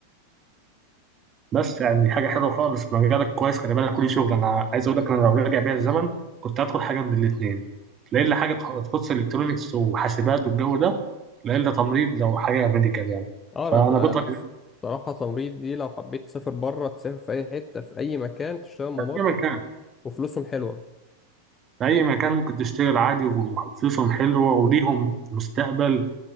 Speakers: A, on the right (about 25°); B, on the left (about 20°).
A: بس يعني دي حاجة حلوة خالص مجالك كويس خلي بالك وليه شغل أنا عايز أقول لك أنا لو راجع بيا الزمن كنت هدخل حاجة من الاتنين لا إلا حاجة تخ- تخص إلكترونيكس وحاسبات والجو ده لا إلا تمريض لو حاجة ميديكال يعني
B: اه انا
A: فأنا
B: ك- انا
A: بطل
B: الصراحه تمريض دي لو حبيت تسافر بره تسافر في اي حته في اي مكان تشتغل ممرض
A: أيا كان
B: وفلوسهم حلوه
A: في أي مكان ممكن تشتغل عادي وفلوسهم حلوة وليهم مستقبل